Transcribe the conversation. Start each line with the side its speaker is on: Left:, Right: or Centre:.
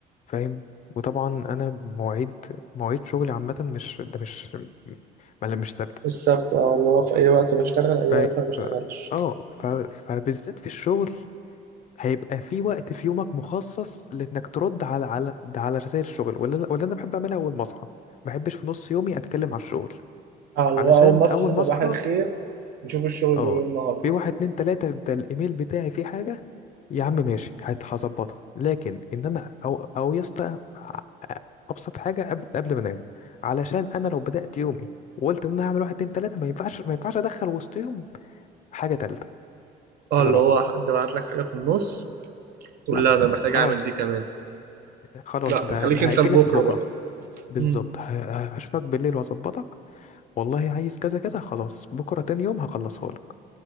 Left: فاهم وطبعا انا مواعيد مواعيد شغلي عامه مش ده مش ما مش ثابته
Right: السبت اه اللي هو في اي وقت بشتغل اي
Left: ف
Right: وقت ما بشتغلش
Left: ف- اه ف... فبالذات في الشغل هيبقى في وقت في يومك مخصص لانك ترد على على ده على رسائل الشغل ولا ولا انا بحب اعملها اول ما اصحى ما بحبش في نص يومي اتكلم على الشغل
Right: اه اللي
Left: علشان
Right: هو أول ما أصحى
Left: اول
Right: صباح
Left: ما اصحى
Right: الخير نشوف الشغل بيقول
Left: اه
Right: إيه النهاردة
Left: في واحد اتنين تلاتة ده الايميل بتاعي فيه حاجة يا عم ماشي هت- هظبطها لكن ان انا او او يا اسطى أ- ابسط حاجة قبل قبل ما انام علشان انا لو بدأت يومي وقلت ان انا هعمل واحد اتنين تلاتة ما ينفعش ما ينفعش ادخل وسطهم حاجة تالتة
Right: اه
Left: حاجة
Right: اللي
Left: رابعة
Right: هو حد بعت لك حاجة في النص تقول
Left: لا
Right: لا انا محتاج
Left: خلاص
Right: اعمل دي كمان
Left: خلاص
Right: لا
Left: ده
Right: خليك
Left: ده
Right: انت
Left: هاجلك
Right: لبكرة
Left: لبكرة
Right: بقى
Left: بالظبط
Right: امم
Left: ه- ه- هشوفك بالليل واظبطك والله عايز كذا كذا خلاص بكره تاني يوم هخلصها لك